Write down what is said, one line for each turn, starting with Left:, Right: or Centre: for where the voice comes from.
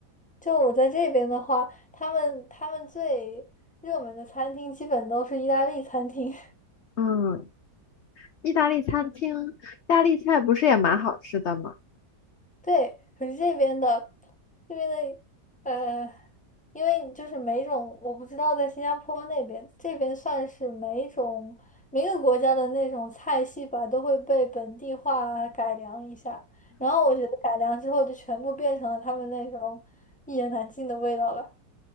Centre: 就我在这边的话，他们他们最热门的餐厅基本都是意大利餐厅。
Left: 嗯，意大利餐厅，意大利菜不是也蛮好吃的吗？
Centre: 对，可是这边的这边的呃，因为就是每种我不知道在新加坡那边，这边算是每种每个国家的那种菜系吧，都会被本地化改良一下。然后我觉得改良之后就全部变成了他们那种一言难尽的味道了